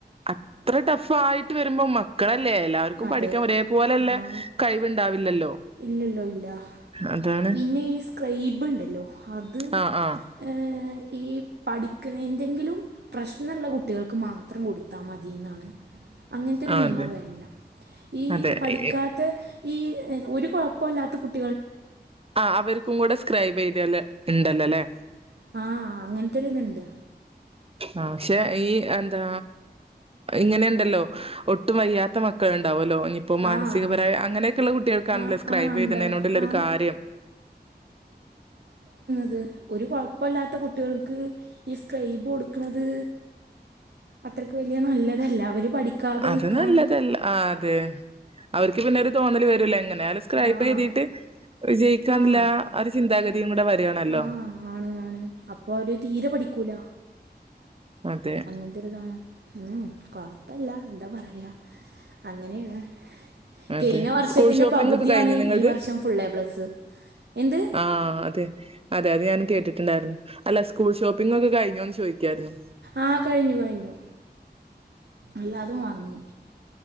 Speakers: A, on the right; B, on the right.
A: അത്ര ടഫ് ആയിട്ട് വരുമ്പോ മക്കളെ- അല്ലേ എല്ലാവർക്കും
B: അതെ
A: പഠിക്കാൻ ഒരേപോലെല്ല
B: ആ
A: കഴിവുണ്ടാവില്ലല്ലോ
B: ഇല്ലല്ലോ ഇല്ല
A: അതാണ്
B: പിന്നെ ഈ സ്ക്രൈബ് ഉണ്ടല്ലോ അത്
A: ആ ആ
B: ഏ- ഈ പഠിക്കുന്ന എന്തെങ്കിലും പ്രശ്നമുള്ള കുട്ടികൾക്ക് മാത്രം കൊടുത്താൽ മതി എന്നാണ്- അങ്ങനത്തെ ഒരു
A: ആ
B: നിയമം
A: അതെ
B: വേണം- ഈ
A: അതെ
B: പഠിക്കാത്ത
A: എ-
B: ഈ- ഒരു കുഴപ്പോല്ലാത്ത കുട്ടി
A: ആ അവർക്കും കൂടെ സ്ക്രൈബ് എഴുതിയാല് ഇണ്ടല്ലല്ലേ
B: ആ അങ്ങനത്തൊര് ഇത്ണ്ട്
A: ആ പക്ഷേ ഈ എന്താ ഇങ്ങനെണ്ടല്ലോ ഒട്ടുവയ്യാത്ത മക്കൾ ഉണ്ടാവല്ലോ ഇപ്പോ മാനസികപരായി
B: ആഹ്
A: അങ്ങനെയൊക്കെയള്ള കുട്ടികൾക്കാണല്ലോ
B: ആഹ്
A: സ്ക്രൈബ്
B: ആഹ് ഉണ്ട്
A: എഴുതുന്നതുകൊണ്ടുള്ളൊരു
B: ആഹ്
A: കാര്യം
B: ത് ഒരു കുഴപ്പില്ലാത്ത കുട്ടി കുട്ടികൾക്ക് ഈ സ്ക്രൈബ് കൊടുക്കണത് അത്രക്ക് വലിയ നല്ലതല്ല അവര് പഠിക്കാതെ
A: അത്
B: നിക്കാണ്
A: നല്ലതല്ല ആ അതെ അവർക്ക് പിന്നൊരു തോന്നല് വരൂല്ലേ ഇങ്ങനെ സ്ക്രൈബ്
B: ആഹ്
A: എഴുതിയിട്ട് വിജയിക്കാന്നുള്ള
B: ആഹ്
A: ആ ഒരു ചിന്താഗതി <unintelligible> കൂടെ വരാണല്ലോ
B: ആഹ് ആണ് ആണ് അപ്പൊ അവര് തീരെ പഠിക്കൂല
A: അതെ
B: അങ്ങനത്തൊരിതാണ് ഉം ക്വ പ്പല്ല എന്താ പറയാ അങ്ങനേണ്
A: അതെ
B: കെയ്ന്ന വർഷത്തിന്റെ
A: സ്കൂൾ ഷോപ്പിംഗ്
B: പകുതിയാണ്
A: ഒക്കെ കഴിഞ്ഞോ നിങ്ങളത്
B: ഈ വർഷം ഫുള്ളേപ്ലെസ് എന്ത്
A: ആ അതെ അതെ അത് ഞാൻ കേട്ടിട്ട്ണ്ടാരുന്നു അല്ല സ് സ്കൂൾ ഷോപ്പിംഗ് ഒക്കെ കഴിഞ്ഞോന്ന് ചോയിക്കാരുന്നു
B: ആ കഴിഞ്ഞു കഴിഞ്ഞു എല്ലാതും വാങ്ങി